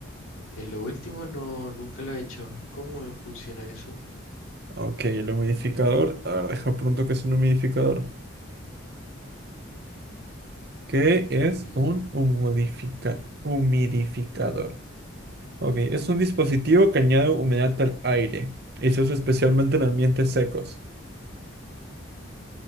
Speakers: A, on the left (about 90°); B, on the right (about 50°).
A: Eh, lo último no, nunca lo he hecho. ¿Cómo funciona eso?
B: Ok, el humidificador. A ver, deja pronto que es un humidificador. ¿Qué es
A: Mm,
B: un humidifica- humidificador? Ok, es un dispositivo que añade humedad al aire y se usa especialmente en ambientes secos.